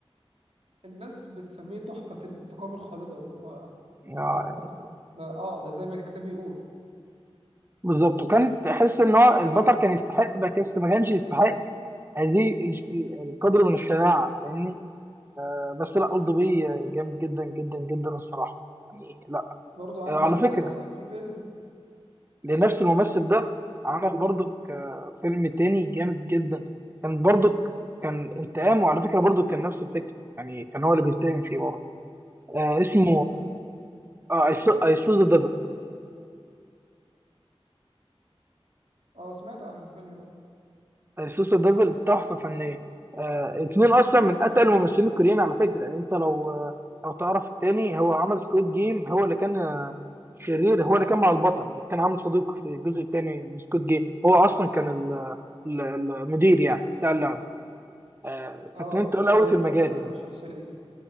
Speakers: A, on the right; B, on the right.
A: الناس بتسميه تحفة الانتقام الخالدة اللي هو
B: آه،
A: ده
B: يعني
A: ده اه ده زي ما الكتاب بيقول
B: بالظبط وكان تحس ان هو البطل كان يستحق بس ما كانش يستحق هذه الج- ال- القدر من الشناعه فاهمني آه، بس لا اولد بوي جامد جدا جدا جدا الصراحه يعني لا
A: برضو عندك
B: آه، على فكره
A: آه، في فيلم
B: لنفس الممثل
A: اسمه
B: ده عمل برضك آه، فيلم تاني جامد جدا كان برضك كان انتقام وعلى فكرة برضك كان نفس الفكرة يعني كان هو اللي بينتقم فيه برضه آه اسمه اه اي سو ذا ديفل
A: اه سمعت عن الفيلم ده
B: اي سو ذا ديفل تحفة فنية آه اتنين اصلا من اتقل الممثلين الكوريين على فكرة يعني انت لو آه، لو تعرف التاني هو عمل سكويد جيم هو اللي كان آه، شرير هو اللي كان مع البطل اللي كان عامل صديق في الجزء التاني من سكويد جيم هو اصلا كان ال- ال- المدير يعني بتاع اللعبة آه،
A: اه
B: فاتنين تقول قوي
A: ايوه
B: في المجال
A: فاكر انا
B: يعني
A: الشخصيه دي